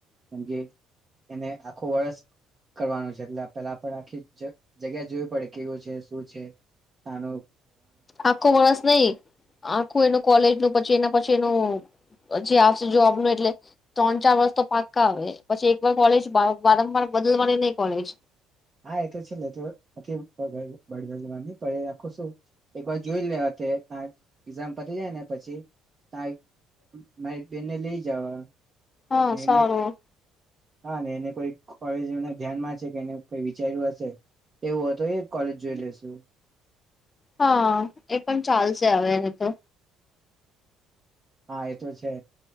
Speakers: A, on the right; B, on the left.
A: કેમ કે, એને આખું વર્ષ કરવાનું છે એટલે પેલા પણ આખી જ જગ્યા જોવી પડે કેવું છે શું છે. આનું
B: આખો માણસ નય, આખું એનું કોલેજનું પછી એના પછી એનું હજુ આવશે જોબનું, એટલે ત્રણ ચાર વર્ષ તો પાક્કા આવે પછી એકવાર કોલેજ <inaudible> વારંવાર બદલવાની નહિ. કોલેજ
A: હા એ તો છેલ્લે તો <unintelligible> બળદલવા ની <unintelligible> રાખું છું એક વાર જોઈ લે તે, એક્ઝામ પતી જાય ને પછી <inaudible> મારી બેનને લઈ જાવ.
B: હા
A: મેને
B: સારું
A: હા <inaudible> મેને કોઈ કોલેજ એમને ધ્યાનમાં છે કે એને, કોઈ વિચાર્યું હશે તો એવું હોય તો, એ કોલેજ જોઈ લેશુ.
B: હા એ પણ ચાલશે હવે તો,
A: હા એ તો છે.